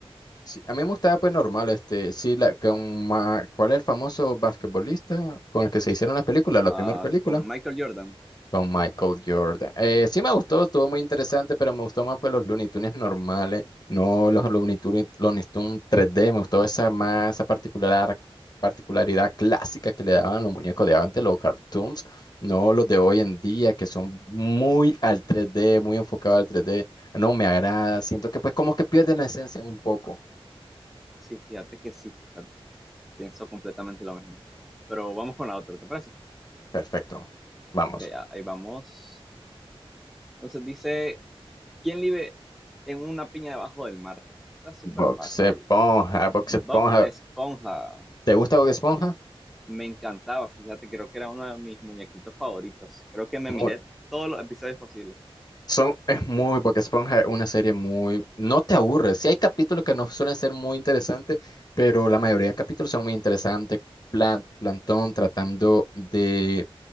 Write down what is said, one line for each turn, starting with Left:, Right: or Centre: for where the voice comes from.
Left: Sí, a mí me gustaba pues normal, este, sí, la, con Ma- ¿cuál es el famoso basquetbolista con el que se hicieron las películas, la
Centre: Ah,
Left: primera película?
Centre: con Michael Jordan,
Left: Con Michael Jordan. Eh, sí me gustó, estuvo muy interesante, pero me gustó más pues los Looney Tunes normales, no los Looney Tunes, Looney Tunes 3D, me gustó esa más, esa particular, particularidad clásica que le daban los muñecos de antes, los cartoons, no los de hoy en día, que son muy al 3D, muy enfocados al 3D, no me agrada, siento que pues como que pierden la esencia un poco.
Centre: sí, fíjate que sí, fíjate, pienso completamente lo mismo. Pero vamos con la otra, ¿te parece?
Left: Perfecto. Vamos.
Centre: Ok, a- ahí vamos. Entonces dice, ¿quién vive en una piña debajo del mar? Está súper
Left: Bob
Centre: fácil.
Left: Esponja, Bob
Centre: Bob
Left: Esponja.
Centre: Esponja.
Left: ¿Te gusta Bob Esponja?
Centre: Me encantaba, fíjate, creo que era uno de mis muñequitos favoritos. Creo que me miré
Left: Muy,
Centre: todos los episodios posibles.
Left: son, es muy, Bob Esponja es una serie muy... No te aburres. Sí hay capítulos que no suelen ser muy interesantes, pero la mayoría de capítulos son muy interesantes. Plan, Plantón tratando de